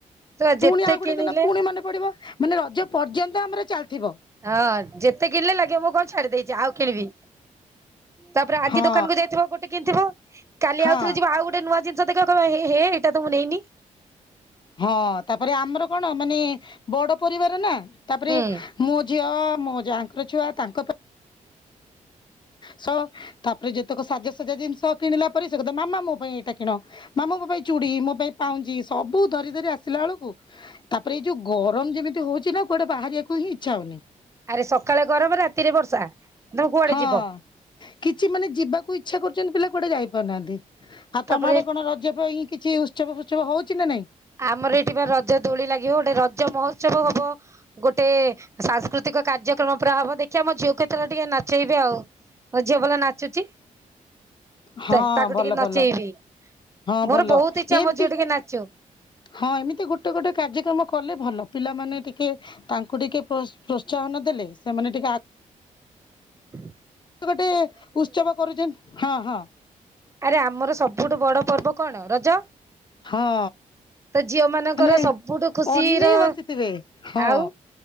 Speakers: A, on the right (about 20°); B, on the left (about 35°).
A: ତ ଯେତେ
B: ପୁଣି ଆଉ ଗୋଟେ
A: କିଣିଲେ
B: ଦିନ ପୁଣି ମନେ ପଡିବ ମାନେ ରଜ ପର୍ଯ୍ୟନ୍ତ ଆମର ଚାଲିଥିବ।
A: ହଁ ଯେତେ କିଣିଲେ ଲାଗିବ ମୁଁ କଣ ଛାଡି ଦେଇଛି ଆଉ କିଣିବି। ତାପରେ ଆଜି
B: ହଁ।
A: ଦୋକାନକୁ ଯାଇଥିବ ଗୋଟେ କିଣିଥିବ। କାଲି
B: ହଁ
A: ଆଉଥରେ ଯିବ ଆଉ ଗୋଟେ ନୂଆ ଜି ଆସିବ ଦେଖିବ କହିବ ଏ ହେ ହେ ଏଇଟା ତ ମୁଁ ନେଇନି।
B: ହଁ ତାପରେ ଆମର କଣ ମାନେ ବଡ ପରିବାର ନା ତାପରେ
A: ହୁଁ
B: ମୋ ଝିଅ ମୋ ଯାଙ୍କର ଛୁଆ ତାଙ୍କ ପା ସ ତାପରେ ଯେତେକ ସାଜସଜା ଜିନିଷ କିଣିଲା ପରେ ସେ କହୁଥିବ ମାମା ମୋ ପାଇଁ ଏଇଟା କିଣ। ମାମା ମୋ ପାଇଁ ଚୁଡି ମୋ ପାଇଁ ପାଉଁଜି ସବୁ ଧରି ଧରି ଆସିଲା ବେଳକୁ ତାପରେ ଏଇ ଯୋଉ ଗରମ ଯେମିତି ହଉଛି ନା କୁଆଡେ ବାହାରିବାକୁ ହିଁ ଇଚ୍ଛା ହଉନି।
A: ଆରେ ସକାଳେ ଗରମ ରାତିରେ ବର୍ଷା। ତମେ କୁଆଡେ
B: ହଁ
A: ଯିବ
B: କିଛି ମାନେ ଯିବାକୁ ଇଚ୍ଛା କରୁଛନ୍ତି ପିଲା କୁଆଡେ ଯାଇ ପାରୁନାହାନ୍ତି। ଆଉ
A: ତାପରେ
B: ତମ ଆଡେ କଣ ରଜ ପାଇଁ କିଛି ଉତ୍ସବ ଫୁତ୍ସବ ହଉଛି ନା ନାଇଁ।
A: ଆମର ଏଠି ବା ରଜ ଦୋଳି ଲାଗିବ ଗୋଟେ ରଜ ମହୋତ୍ସବ ହବ। ଗୋଟେ ସାଂସ୍କୃତିକ କାର୍ଯ୍ୟକ୍ରମ ପୁରା ହବ ଦେଖିବା ମୋ ଝିଅ କୁ ଏଥର ଟିକେ ନାଚେଇବି ଆଉ। ମୋ ଝିଅ ଭଲ ନାଚୁଚି।
B: ହଁ
A: ତ ତାକୁ
B: ଭଲ
A: ଟିକେ ନଚେଇବି
B: ଭଲ ହଁ
A: ମୋର
B: ଭଲ
A: ବହୁତ ଇଚ୍ଛା
B: ଏମତି
A: ମୋ ଝିଅ ଟିକେ ନାଚୁ।
B: ହଁ ଏମିତି ଗୋଟେ ଗୋଟେ କାର୍ଯ୍ୟକ୍ରମ କଲେ ଭଲ ପିଲାମାନେ ଟିକେ। ତାଙ୍କୁ ଟିକେ ପ୍ରୋ ପ୍ରୋତ୍ସାହନ ଦେଲେ ସେମାନେ ଟିକେ ଆଗ
A: ହ
B: ସେ ଗୋଟେ ଉତ୍ସବ କରୁଛନ୍ତି ହଁ ହଁ।
A: ଆରେ ଆମର ସବୁଠୁ ବଡ ପର୍ବ କଣ ରଜ।
B: ହଁ।
A: ତ ଝିଅ ମାନଙ୍କର
B: ମାନେ
A: ସବୁଠୁ ଖୁସି
B: ଅନେଇ
A: ର
B: ବସିଥିବେ ହଁ
A: ଆଉ।